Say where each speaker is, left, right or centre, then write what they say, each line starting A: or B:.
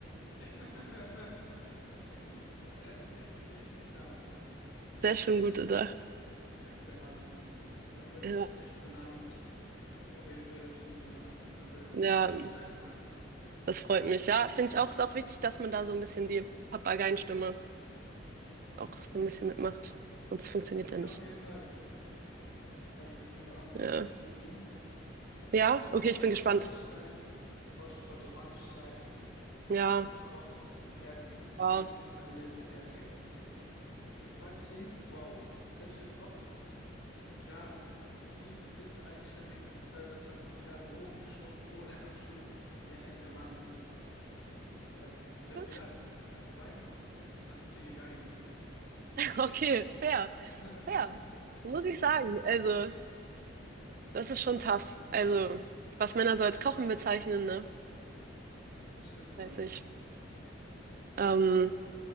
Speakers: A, on the left; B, on the right.
A: <laughs> Der, der ist actually richtig stark. Also
B: Sehr
A: den
B: schön gut gedacht.
A: Der ist der Wahnsinn. Und damit
B: Ja,
A: hast du echt meinen Abend auf jeden Fall ganz gut gemacht. Also gut
B: ja,
A: versüßt, sag ich mal.
B: das freut mich. Ja, finde ich auch, ist auch wichtig, dass man da so ein bisschen die Papageienstimme auch so ein bisschen mitmacht. Sonst funktioniert
A: Ja,
B: er nicht.
A: auf jeden Fall. Jetzt habe ich auf jeden Fall auch noch einen
B: Ja.
A: richtig guten.
B: Ja, okay,
A: Ich
B: ich
A: wollte
B: bin
A: romantisch
B: gespannt.
A: sein. Musst dir vorstellen, ich wollte romantisch sein. Für mein
B: Ja,
A: Date gekocht, Kerzen, Musik,
B: wow.
A: alles perfekt. Dann fragt sie, wow, selbst gekocht? Klar, Tiefkühlpizza eigenständig bis 220 Grad in den Ofen geschoben, ohne Handschuhe, wie ein echter Mann. Ja, es, sie hat
B: <laughs>
A: gelacht, dann geweint und dann ist sie gegangen.
B: Okay, fair,
A: <laughs>
B: fair. Muss ich sagen. Also, das ist schon tough. Also, was Männer so als Kochen bezeichnen, ne?
A: Das stimmt wohl.
B: Weiß ich. Ähm,